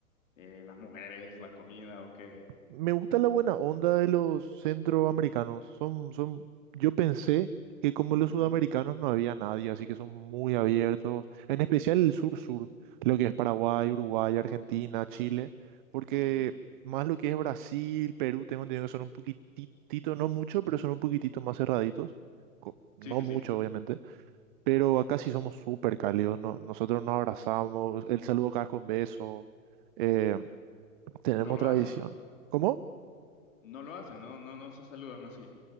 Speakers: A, on the left; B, on the right.
A: eh, las mujeres, la comida o qué?
B: Me gusta la buena onda de los centroamericanos. Son, son, yo pensé que como los
A: Ujú,
B: sudamericanos no había nadie, así que son muy abiertos, en especial el sur-sur, lo que es Paraguay, Uruguay, Argentina, Chile, porque
A: ujú.
B: más lo que es Brasil, Perú, tengo entendido que son un poquitito, no mucho, pero son un poquitito más cerraditos. co- No
A: Sí, sí,
B: mucho,
A: sí.
B: obviamente, pero acá sí somos súper cálidos. no- nosotros nos abrazamos, el saludo acá es con beso, eh, tenemos
A: No lo
B: tradición.
A: hacen.
B: ¿Cómo?
A: No lo hacen. No, no, no se saludan así.